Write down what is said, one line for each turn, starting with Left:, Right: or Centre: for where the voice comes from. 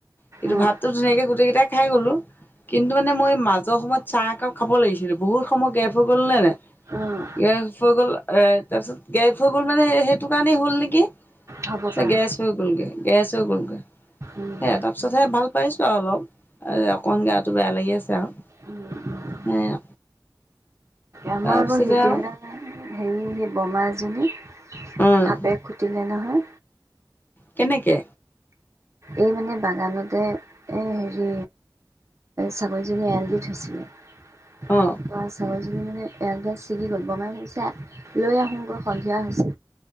Left: কিন্তু
Right: অঁ
Left: ধুনীয়াকে গোটেই কেইটাই খাই গলো। কিন্তু মানে মই মাজৰ সময়ত চাহ একাপ খাব লাগিছিল বহুত সময় গেপ হৈ গ'ল নে নাই?
Right: অঁ
Left: গেপ হৈ গ'ল এ তাৰপিছত গেপ হৈ গ'ল মানে সেইটো কাৰণেই হল নেকি।
Right: হ'ব
Left: চ
Right: পাৰে
Left: গেছ হৈ গ'ল গে । গেছ হৈ গলগে।
Right: উম
Left: সেয়া তাৰপিছতহে ভাল পাইছো আৰু অলপ। অকমান গাটো বেয়া লাগি আছে আৰু।
Right: উম উম
Left: সেয়া।
Right: আমাৰ
Left: তাৰপিছতে
Right: আকৌ সিদিনা
Left: আৰু
Right: হেৰি সেই বমা এজনী
Left: উম
Right: সাপে খুটিলে নহয়।
Left: কেনেকে?
Right: এই মানে বাগানতে হেৰি, ছাগলীজনী এৰাল দি থৈছিলে।
Left: অ
Right: তাপৰা ছাগলী মানে এৰাল ডাল ছিগি গ'ল বমাই ভাবিছে লৈ আহোগৈ সন্ধিয়া হৈছে।